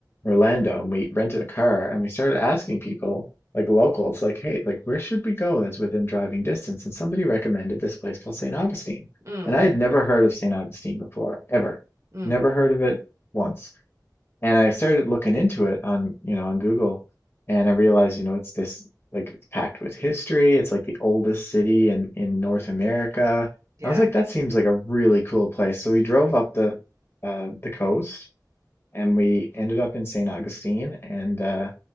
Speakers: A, on the left (about 35°); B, on the right (about 45°).
A: Orlando and we rented a car and we started asking people, like locals, like, hey, like where should we go that's within driving distance? And somebody recommended this place called St. Augustine.
B: mm,
A: And I had never heard of St. Augustine before, ever.
B: mm,
A: Never heard of it once. And I started looking into it on, you know, on Google, and I realized, you know, it's this like it's packed with history. It's like the oldest city in in North America.
B: yeah.
A: I was like, that seems like a really cool place. So we drove up the uh, the coast, and we ended up in St. Augustine and uh,